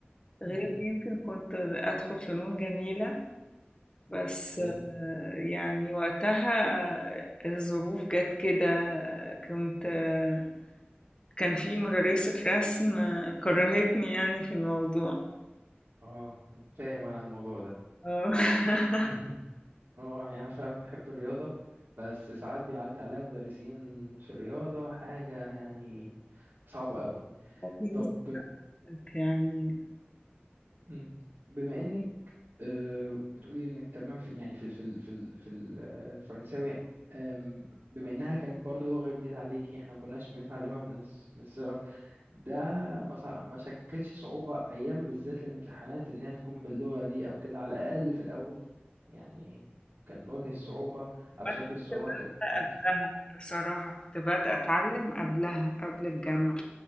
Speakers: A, on the left; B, on the right.
A: غير
B: امم
A: يمكن كنت أدخل فنون جميلة بس
B: حلو
A: آه، يعني وقتها الظروف جت كده كنت آه، كان في مدرسة رسم آه، كرهتني يعني في الموضوع
B: اه فاهم انا الموضوع ده
A: اه <laughs>
B: مهم. اه يعني انا فاهم بحب الرياضه بس ساعات بيعدي عليا مدرسين في الرياضه حاجه يعني صعبه قوي
A: وفي
B: طب
A: ناس يعني
B: مم. بما انك آه، بتقولي انك تمام في يعني في ال- في ال- في ال- في ال- آه، الفرنساوي آم، بما انها كانت برضو لغة جديدة عليكي احنا ما كناش بنتعلمها من الص- من الصغر ده ما صع- ما شكلش صعوبة ايام بالذات الامتحانات انها تكون باللغة دي او كده على الاقل في الاول يعني كان وجه الصعوبة او
A: بس
B: شكل الصعوبة
A: كنت بادئة
B: كان عامل ازاي؟
A: قبلها بصراحة كنت بادئة أتعلم قبلها قبل الجامعة